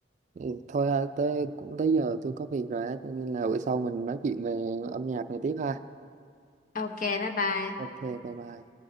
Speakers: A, on the right (about 45°); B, on the left (about 50°).
A: ừ, thôi ha, tới cũng tới giờ tôi có việc rồi á, cho nên là bữa sau mình nói chuyện về âm nhạc này tiếp ha.
B: ok bye bye
A: Ok, bye bye.